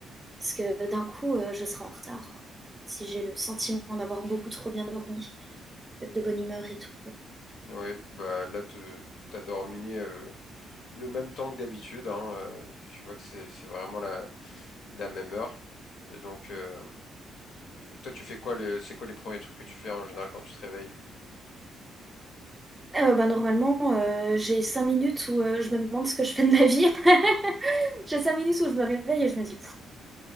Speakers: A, on the right; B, on the left.
A: parce que d'un coup, euh, je serai en retard, quoi. Si j'ai le sentiment d'avoir beaucoup trop bien dormi, d'être de bonne humeur et tout.
B: Ouais, bah là, tu as dormi euh, le même temps que d'habitude. hein, euh, tu vois que c'est c'est vraiment la, la même heure. Et donc, euh, toi, tu fais quoi, les- c'est quoi les premiers trucs que tu fais en général quand tu te réveilles?
A: Euh, bah, normalement, euh, j'ai cinq minutes où euh, je me demande ce que je fais de ma vie. <laughs> J'ai cinq minutes où je me réveille et je me dis,